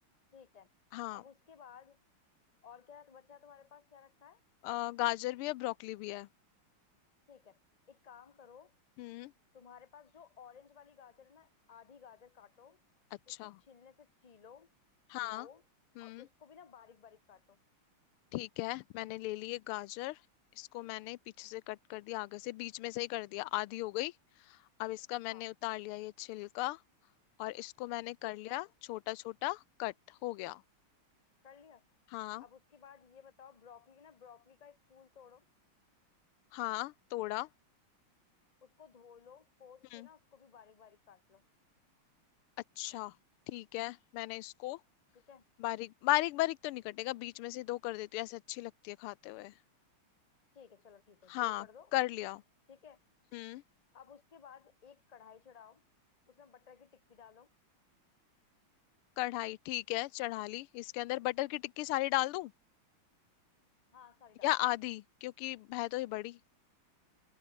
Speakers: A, on the left; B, on the left.
A: ठीक है
B: हाँ
A: अब उसके बाद और क्या बचा है तुम्हारे पास क्या रखा है
B: अ, गाजर भी है ब्रोकली भी है
A: ठीक है एक काम करो
B: हम्म
A: तुम्हारे पास जो ऑरेंज वाली गाजर है ना आधी गाजर काटो
B: अच्छा
A: उसको छीलने से छीलो
B: हाँ
A: धो
B: हम्म
A: और उसको भी ना बारीक बारीक काटो
B: ठीक है मैंने ले ली एक गाजर इसको मैंने पीछे से कट कर दिया आगे से बीच में से ही कर दिया आधी हो गई अब इसका
A: हाँ
B: मैंने उतार लिया ये छिलका और इसको मैंने
A: ठीक
B: कर लिया
A: है
B: छोटा छोटा कट हो गया
A: कर लिया
B: हाँ
A: अब उसके बाद ये बताओ ब्रोकली ना ब्रोकली का एक फूल तोड़ो
B: हाँ तोड़ा
A: उसको धो लो पोंछ
B: हम्म
A: के ना उसको भी बारीक बारीक काट लो
B: अच्छा ठीक है मैंने इसको
A: ठीक है
B: बारीक बारीक बारीक तो नहीं कटेगा बीच में से दो कर देती हूँ ऐसे अच्छी लगती है खाते हुए
A: ठीक है चलो ठीक है
B: हाँ
A: दो कर दो
B: कर लिया
A: ठीक है
B: हम्म
A: अब उसके बाद एक कढ़ाई चढ़ाओ उसमें बटर की टिक्की डालो
B: कढ़ाई ठीक है चढ़ा ली इसके अंदर बटर की टिक्की सारी डाल दूं
A: हाँ सारी डालो
B: या आधी क्योंकि है तो ये बड़ी